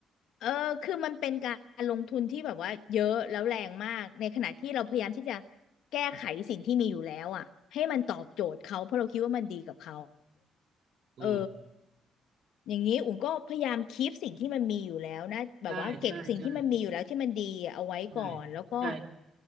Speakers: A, on the left (about 80°); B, on the right (about 60°).
A: เออคือมันเป็นการลงทุนที่แบบว่าเยอะแล้วแรงมากในขณะที่เราพยายามที่จะแก้ไขสิ่งที่มีอยู่แล้วอ่ะให้มันตอบโจทย์เขาเพราะเราคิดว่ามันดีกับเขา
B: อืม
A: เอออย่างนี้อุ่นก็พยายามคีปสิ่งที่มันมีอยู่แล้วนะแบบว่าเก็บสิ่งที่มันมีอยู่แล้วที่มันดีอะเอาไว้ก่อนแล้วก็
B: ใช่ใช่ใช่ใช่ใช่